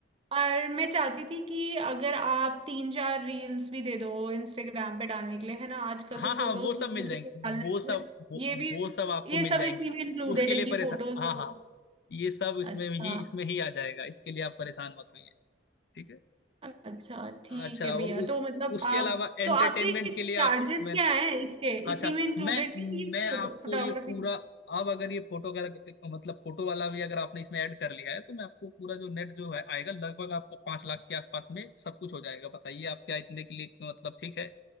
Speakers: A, on the right; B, on the left.
A: और मैं चाहती थी कि अगर आप तीन चार रील्स भी दे दो इंस्टाग्राम पे डालने के लिए है ना आजकल
B: हाँ
A: तो फोटोज
B: हाँ वो सब
A: वोटोज
B: मिल जाएंगे
A: तो डालना
B: वो
A: ही
B: सब
A: बट
B: वो,
A: ये भी
B: वो सब आपको
A: ये
B: मिल
A: सब
B: जाएंगे
A: इसी में इंक्लूडेड
B: उसके
A: है
B: लिए
A: कि
B: परेशान
A: फोटोज
B: हाँ
A: वगैरह
B: हाँ ये सब इसमें
A: अच्छा
B: ही इसमें ही आ जाएगा इसके लिए आप परेशान मत होइए ठीक है
A: अच्छा ठीक
B: अच्छा
A: है
B: और
A: भैया
B: उस
A: तो मतलब
B: उसके
A: आप
B: अलावा एंटरटेनमेंट
A: तो आपके
B: के लिए
A: चार्जेस
B: आप मैं
A: क्या हैं इसके
B: अच्छा
A: इसी में इंक्लूडेड
B: मैं
A: है ये
B: मैं
A: फोटो
B: आपको
A: फोटोग्राफी
B: ये पूरा अब अगर ये फोटो का मतलब फोटो वाला भी अगर आपने इसमें ऐड कर लिया है तो मैं आपको पूरा जो नेट जो है आएगा लगभग आपका पांच लाख के आसपास में सब कुछ हो जाएगा बताइए आप क्या इतने के लिए मतलब ठीक है